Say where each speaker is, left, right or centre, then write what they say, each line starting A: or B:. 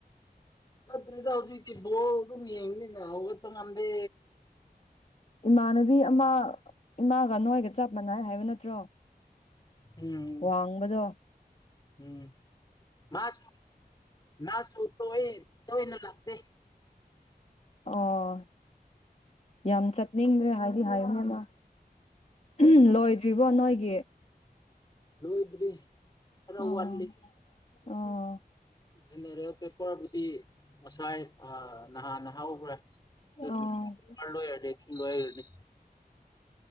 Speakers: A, on the left; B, on the left.
A: ꯆꯗ꯭ꯔꯤꯗ ꯍꯧꯖꯤꯇꯤ ꯕꯣꯜ ꯑꯗꯨꯝ ꯌꯦꯡꯕꯅꯤꯅ ꯍꯧꯒꯠꯄ ꯉꯝꯗꯦ
B: ꯏꯃꯥꯟꯅꯕꯤ ꯑꯃ ꯏꯃꯥꯒ ꯅꯣꯏꯒ ꯆꯞ ꯃꯥꯟꯅꯥꯏ ꯍꯥꯏꯕ ꯅꯠꯇ꯭ꯔꯣ
A: ꯎꯝ
B: ꯋꯥꯡꯕꯗꯣ
A: ꯎꯝ ꯃꯥꯁꯨ ꯃꯥꯁꯨ ꯇ ꯇꯣꯏꯅ ꯂꯥꯛꯇꯦ
B: ꯑꯣ ꯌꯥꯝ ꯆꯠꯅꯤꯡꯗ꯭ꯔꯦ ꯍꯥꯏꯗꯤ ꯍꯥꯏꯌꯨꯅꯦꯃ ꯎꯍꯝ ꯂꯣꯏꯗ꯭ꯔꯤꯕ꯭ꯔꯣ ꯅꯣꯏꯒꯤ
A: ꯂꯣꯏꯗ꯭ꯔꯤ ꯈꯔ
B: ꯑꯣ
A: ꯋꯥꯠꯂꯤ
B: ꯑꯣ
A: ꯖꯦꯅꯦꯔꯦꯜ ꯄꯦꯄꯔꯕꯨꯗꯤ ꯉꯁꯥꯏ ꯑ ꯅꯍꯥꯟꯅ ꯍꯥꯎꯈ꯭ꯔꯦ <unintelligible>
B: ꯑꯣ
A: ꯄꯔ ꯂꯣꯢꯔꯗꯤ ꯂꯣꯢꯔꯗꯤ